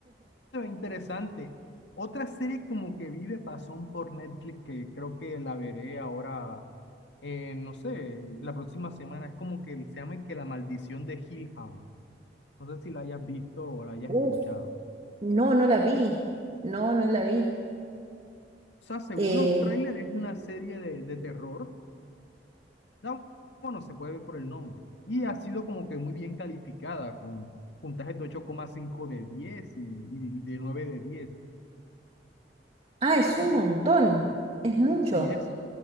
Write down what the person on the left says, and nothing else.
Se ve interesante. Otra serie como que vi de pasón por Netflix que creo que la veré ahora, eh, no sé, la próxima semana. Es como que se llama que La Maldición de Hill House. No sé si la hayas visto o la hayas escuchado.
O sea, según
los trailers es una serie de, de terror. Da- Bueno, se puede ver por el nombre. Y ha sido como que muy bien calificada con puntajes de 8,5 de 10 y, y y de nueve de diez
Así.
Sí, sí es,